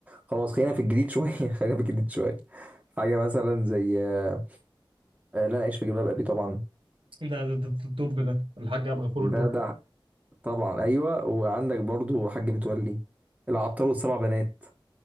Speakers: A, on the right; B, on the right.
A: خلاص خلينا في الجديد شويه <laughs> خلينا في الجديد شويه حاجه مثلا زي آه، آه، لا انا عايش في جلباب ابي طبعا
B: ده ده ده- ده الطب ده الحاج عبد الغفور
A: ده
B: البرعي
A: ده طبعا ايوه وعندك برضو حاج متولي العطار والسبع بنات